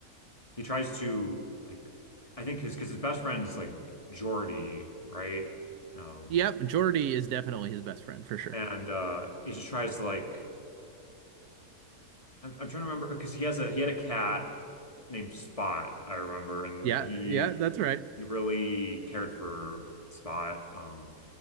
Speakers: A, on the left; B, on the right.
A: he tries to like I think his because his best friend is like Geordi, right? Um,
B: Yep, Geordi is definitely his best friend for sure.
A: and uh he just tries to like I'm, I'm trying to remember because he has a he had a cat named Spot I remember and
B: Yeah,
A: he
B: yeah, that's right.
A: he really cared for Spot um